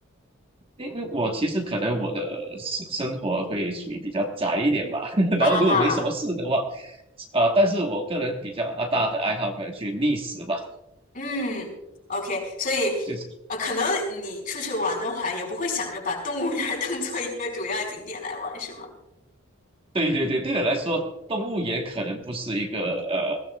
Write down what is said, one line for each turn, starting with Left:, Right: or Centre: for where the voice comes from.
Right: 因为我其实可能我的生生活会属于比较宅一点吧，<laughs>
Left: 啊，
Right: 然后如果没什么事的话，
Left: 啊
Right: 啊、但是我个人比较啊大的爱好可能去觅食吧，
Left: 嗯，OK，所以
Right: 就是。
Left: 呃，可能你出去玩的话，也不会想着把动物园儿当做一个主要景点来玩，是吗？
Right: 对对对，对我来说，动物园可能不是一个呃